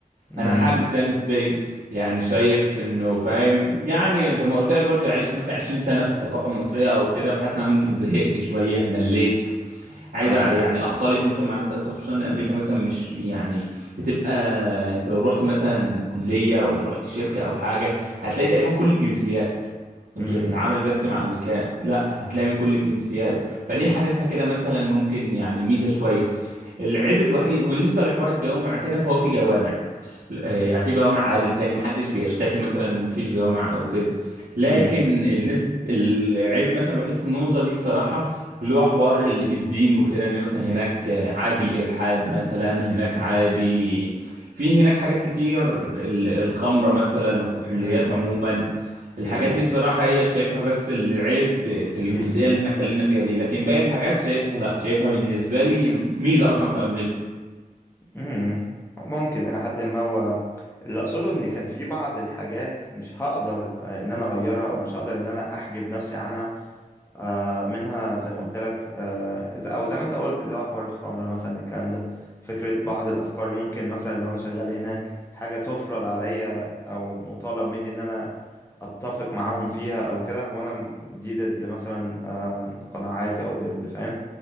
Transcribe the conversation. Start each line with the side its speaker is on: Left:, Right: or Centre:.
Left: م-
Right: انا حابب ده نسبيا يعني شايف انه فاهم يعني زي ما قلت لك برضه يعني عشت مثلا 20 سنه في الثقافه المصريه او كده فحاسس ان انا ممكن زهقت شويه مليت عايز
Left: فاهمك
Right: يعني اختلط مثلا مع ناس اكتر خصوصا ان امريكا مثلا مش يعني بتبقى انت لو رحت مثلا كليه ولا رحت شركه او حاجه هتلاقي تقريبا كل الجنسيات
Left: م-
Right: انت مش هتتعامل
Left: م-
Right: بس مع امريكان لا هتلاقي من كل الجنسيات فدي حاسسها كده مثلا ممكن يعني ميزه شويه العيب الوحيد وبالنسبه لحوار الجوامع كده فهو في جوامع آه، يعني في جوامع عادي بالتالي ما حدش بيشتكي مثلا ان ما فيش جوامع او كده لكن
Left: م-
Right: النسب العيب مثلا الوحيد في النقطه دي الصراحه اللي هو حوار ال- الدين وكده ان مثلا هناك آه، عادي الالحاد مثلا هناك عادي في هناك حاجات كتير ال- الخمره مثلا الكحوليات
Left: م-
Right: عموما
Left: م-
Right: الحاجات
Left: بالظبط
Right: دي الصراحه هي اللي شايفها بس العيب في الجزئيه
Left: م- م-
Right: اللي احنا اتكلمنا فيها دي لكن باقي الحاجات شايفها لا شايفها بالنسبه لي ميزه اصلا في امريكا
Left: امم ممكن الى حد ما هو اللي اقصده ان كان في بعض الحاجات مش هقدر آه، ان انا اغيرها او مش هقدر ان انا احجب نفسي عنها آه، منها زي ما قلت لك آه، ز- او زي ما انت قلت اللي هو حوار الخمره مثلا الكلام ده فكره بعض الافكار ممكن مثلا لو انا شغال هناك حاجه تفرض عليا او مطالب مني ان انا اتفق معاهم فيها او كده وانا م- دي ضد مثلا آم، قناعاتي او ضد فاهم